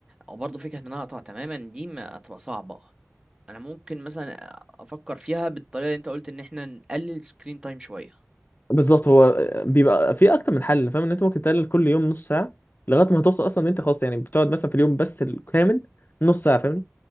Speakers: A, on the right; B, on the left.
A: او برضه فكره ان انا اقطع تماما دي ما هتبقى صعبه انا ممكن مثلا افكر فيها بالطريقه اللي انت قلت ان احنا نقلل سكرين تايم شويه
B: بالظبط هو بيبقى في اكتر من حل فاهم ان انت ممكن تقلل كل يوم نص ساعه لغايه ما هتوصل اصلا ان انت خلاص يعني بتقعد مثلا في اليوم بس الكامل نص ساعه فاهمني